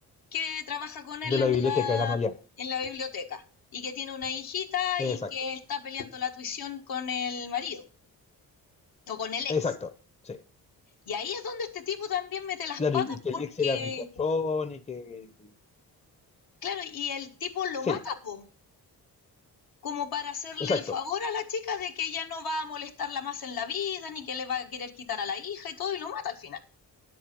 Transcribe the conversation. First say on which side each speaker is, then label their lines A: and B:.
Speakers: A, on the left; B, on the left.
A: que trabaja con
B: de
A: él
B: la
A: en
B: biblioteca
A: la,
B: de la Mariana,
A: en la biblioteca, y que tiene una hijita
B: exacto,
A: y que está peleando la tuición con el marido, o con el ex.
B: exacto, sí.
A: Y ahí es donde este tipo también mete las
B: Claro,
A: patas
B: y y que
A: porque,
B: el ex era ricachón y que...
A: claro, y el tipo lo
B: Sí,
A: mata, po, como para hacerle
B: exacto.
A: el favor a la chica de que ya no va a molestarla más en la vida, ni que le va a querer quitar a la hija y todo, y lo mata al final.